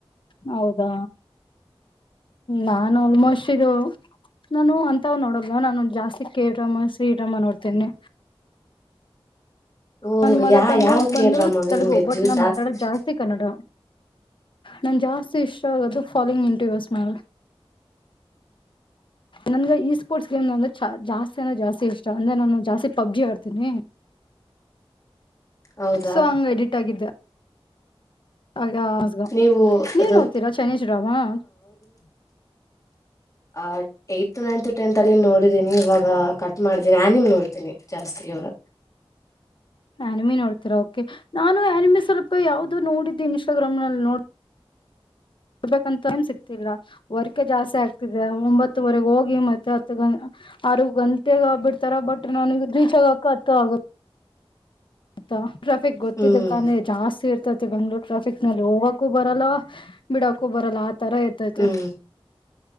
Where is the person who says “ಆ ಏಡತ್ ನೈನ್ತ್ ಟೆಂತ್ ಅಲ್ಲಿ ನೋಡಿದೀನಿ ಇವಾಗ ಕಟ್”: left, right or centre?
Left